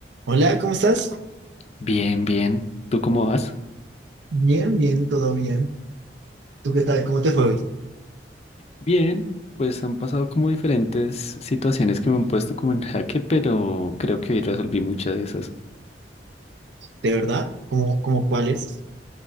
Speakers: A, on the right; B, on the left.
A: Hola, ¿cómo estás?
B: Bien, bien. ¿Tú cómo vas?
A: Bien, bien, todo bien. ¿Tú qué tal? ¿Cómo te fue hoy?
B: Bien, pues han pasado como diferentes situaciones que me han puesto como en jaque, pero creo que hoy resolví muchas de esas.
A: ¿De verdad? ¿Cómo, cómo cuáles?